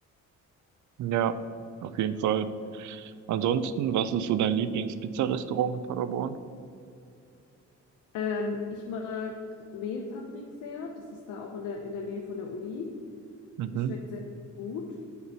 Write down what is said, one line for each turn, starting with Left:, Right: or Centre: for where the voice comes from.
Right: Ja, auf jeden Fall. Ansonsten, was ist so dein Lieblings-Pizza-Restaurant in Paderborn?
Left: Ähm, ich mag Mehlfabrik sehr. Das ist da auch in der, in der Nähe von der Uni.
Right: Mhm.
Left: Das schmeckt sehr gut.